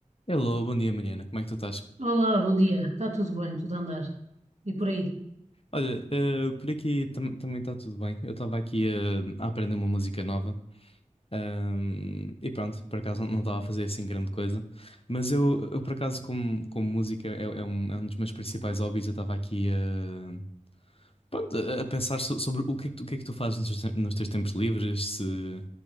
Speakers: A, on the left; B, on the right.
A: Hello, bom dia Mariana, como é que tu estás?
B: Olá, bom dia. Está tudo bem, tudo a andar. E por aí?
A: Olha, eh, por aqui tam- também está tudo bem. Eu estava aqui eh, a aprender uma música nova ahm, e pronto, por acaso não estava a fazer assim grande coisa. Mas eu, eu por acaso, como, como música é, é um, é um dos meus principais hobbies, eu estava aqui eh, pronto, a a pensar so- sobre o que é que tu, o que é que tu fazes nos teus, tem- nos teus tempos livres, se,